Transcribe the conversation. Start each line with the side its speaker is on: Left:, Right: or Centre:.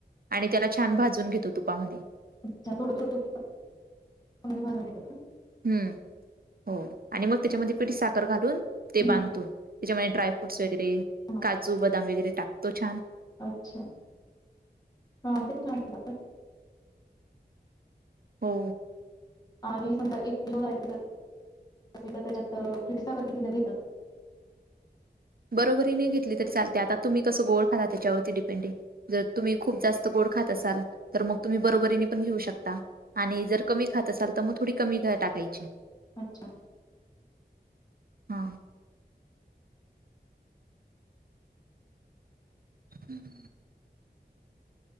Right: आणि त्याला छान भाजून घेतो तुपामध्ये
Left: अच्छा थोडं थोडं तुप <unintelligible> म्हणजे भाजुन घेतो.
Right: हम्म हो आणि मग त्याच्यामध्ये पिठी साखर घालून ते
Left: हं,
Right: बांधतो
Left: हं.
Right: त्याच्यामुळे डायफ्रूटस वगैरे
Left: हा
Right: काजू, बदाम वगैरे टाकतो छानं
Left: अच्छा <unintelligible>
Right: हो
Left: आणि समजा एक किलो राहिलं तर <unintelligible> त्याच्यात पिठी साखर किती घेतात.
Right: बरोबरीने घेतली तरी चालते आता तुम्ही कसं गोड खानार त्याच्यावरती डिपेंडं जर तुम्ही खूप जास्त गोड खात असाल तर मग तुम्ही बरोबरीने पण घेऊ शकता आणि जर कमी खात असाल तर मग थोडी कमी टाकायची
Left: अच्छा
Right: हा हम्म